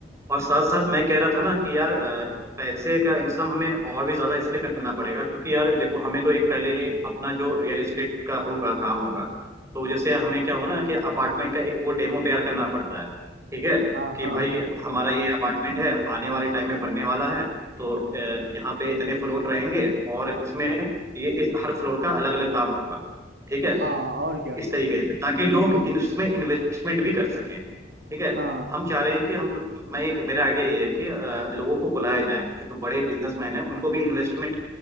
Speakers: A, on the right; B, on the right.
A: और साथ साथ मैं कह रहा था ना कि यार अ, पैसे का इंतजाम हमें और भी ज्यादा इसलिए करना पड़ेगा क्योंकि यार देखो हमें तो एक पहले अपना जो रियल एस्टेट का होगा काम होगा तो जैसे हमें क्या हो ना कि अपार्टमेंट का एक वो डेमो तैयार करना पड़ता है ठीक है
B: हाँ
A: कि
B: हाँ
A: भाई हमारा ये अपार्टमेंट है आने वाले टाइम में बनने वाला है तो अ, यहाँ पे इतने फ्लोर रहेंगे और इसमें ये इस हर फ्लोर का अलग अलग दाम होगा ठीक है
B: हाँ और क्या
A: इस तरीके से ताकि लोग इन- इसमें इन्वेस्टमेंट भी कर सकें ठीक है
B: हाँ
A: हम चाह रहे हैं कि हम लोग मैं एक मेरा आइडिया ये है कि अ, लोगों को बुलाया जाए जो बड़े बिजनेसमैन हैं उनको भी इन्वेस्टमेंट